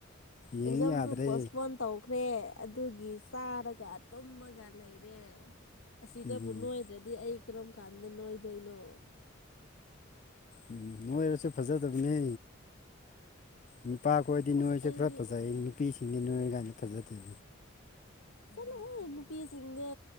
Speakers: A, on the left; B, on the left.
A: ꯌꯦꯡ
B: ꯑꯦꯛꯖꯥꯝꯁꯨ
A: ꯌꯥꯗ꯭ꯔꯦ
B: ꯄꯣꯁꯄꯣꯟ ꯇꯧꯈ꯭ꯔꯦ ꯑꯗꯨꯒꯤ ꯆꯥꯔꯒ ꯇꯨꯝꯃꯒ ꯂꯩꯔꯦ ꯑꯁꯤꯗꯕꯨ
A: ꯎꯝ
B: ꯅꯣꯏꯗ꯭ꯔꯗꯤ ꯑꯩ ꯀꯔꯝ ꯀꯥꯟꯗ ꯅꯣꯏꯗꯣꯏꯅꯣ
A: ꯎꯝ ꯅꯣꯏꯔꯁꯨ ꯐꯖꯗꯕꯅꯦ ꯅꯨꯄꯥꯈꯣꯏꯗꯤ ꯅꯣꯏꯔꯁꯨ
B: ꯑꯁ ꯑꯩꯗꯤ
A: ꯈꯔ ꯐꯖꯩ ꯅꯨꯄꯤꯁꯤꯡꯗꯤ ꯅꯣꯏꯔ <unintelligible> ꯐꯖꯗꯦ
B: ꯆꯠꯂꯣꯍꯦ ꯅꯨꯄꯤꯁꯤꯡꯗꯤ